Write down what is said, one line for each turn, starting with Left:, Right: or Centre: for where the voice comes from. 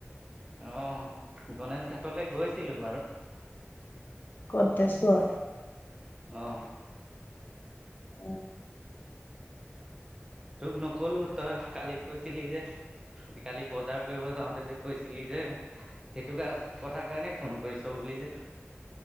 Right: আহ গণেশ ঘাটলৈ গৈছিলো বাৰু
Left: কত তেজপুৰ
Right: আহঁ
Left: উ
Right: তোক নকলো তই কালি কৈছিলি যে কালি বজাৰ কৰিব যাওঁতে যে কৈছিলি যে সেইটো কাৰ কথ কাৰণেই ফোন কৰিছ বুলি যে